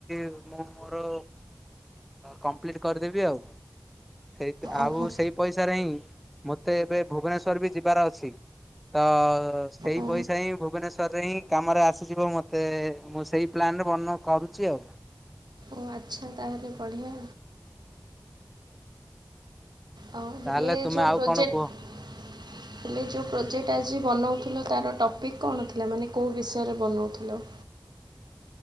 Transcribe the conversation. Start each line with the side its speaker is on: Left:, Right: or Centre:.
Centre: ମୁଁ ମୋର କମ୍ପ୍ଲିଟ କରିଦେବି ଆଉ। ସେ ଆଉ
Right: ଓହୋ
Centre: ସେଇ ପଇସାରେ ହିଁ ମୋତେ ଏବେ ଭୁବନେଶ୍ୱଵର ବି ଯିବାର ଅଛି। ତ ସେଇ
Right: ଓ
Centre: ପଇସା ହିଁ ଭୁବନେଶ୍ୱର ହିଁ କାମରେ ଆସିଯିବ ମତେ ମୁଁ ସେଇ ପ୍ଲାନ୍ ବନ କରୁଛି ଆଉ।
Right: ଉ ଆଚ୍ଛା ତାହେଲେ ବଢ଼ିଆ। ଆଉ ହେଲେ
Centre: ତାହେଲେ
Right: ଏ
Centre: ତୁମେ
Right: ଯଉ
Centre: ଆଉ
Right: ପ୍ରୋଜେକ୍ଟ
Centre: କଣ କୁହ?
Right: ହେଲେ ଯେଉଁ ପ୍ରୋଜେକ୍ଟ ଆଜି ବନାଉଥିଲ ତାର ଟପିକ୍ କଣ ଥିଲା ମାନେ କେଉଁ ବିଷୟରେ ବନାଉଥିଲ।
Centre: ହଁ